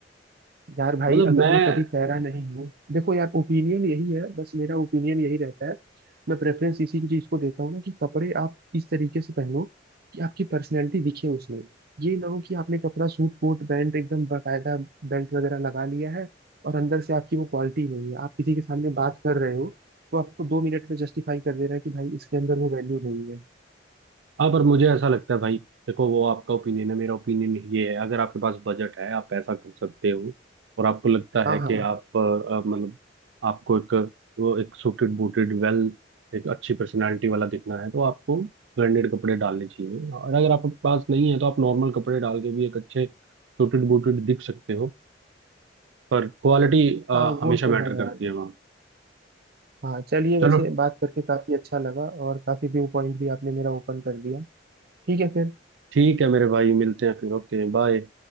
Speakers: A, on the right (about 55°); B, on the right (about 90°).
A: यार भाई
B: मतलब
A: अगर
B: मैं
A: मैं कभी कह रहा नहीं हूँ देखो यार ओपिनियन यही है बस मेरा ओपिनियन यही रहता है मैं प्रेफरेंस इसी चीज को देता हूँ ना कि कपड़े आप इस तरीके से पहनो कि आपकी पर्सनैलिटी दिखे उसमें ये ना हो कि आपने कपड़ा सूट कोट पैंट एकदम बाकायदा बेल्ट वगैरह लगा लिया है और अंदर से आपकी वो क्वालिटी नहीं है आप किसी के सामने बात कर रहे हो तो आपको दो मिनट में जस्टिफाई कर दे रहा है कि भाई इसके अंदर वो वैल्यू नहीं है
B: हाँ पर मुझे ऐसा लगता है भाई देखो वो आपका ओपिनियन है मेरा ओपिनियन ये है अगर आपके पास बजट है आप पैसा कर सकते हो और आपको लगता
A: हाँ
B: है कि
A: हाँ
B: आप अ, अ, मतलब आपको एक वो एक सूटेड बूटेड वेल एक अच्छी पर्सनालिटी वाला दिखना है तो आपको ब्रांडेड कपड़े डालने चाहिए और अगर आपके पास नहीं है तो आप नॉर्मल कपड़े डाल के भी एक अच्छे सूटेड बूटेड दिख सकते हो पर क्वालिटी हमेशा
A: हाँ वो तो
B: मैटर
A: है
B: करती
A: यार
B: है वहाँ
A: हाँ चलिए
B: चलो
A: वैसे बात करके काफी अच्छा लगा और काफी व्यू पॉइंट भी आपने मेरा ओपन कर दिया ठीक है फिर
B: ठीक है मेरे भाई मिलते हैं फिर Okay bye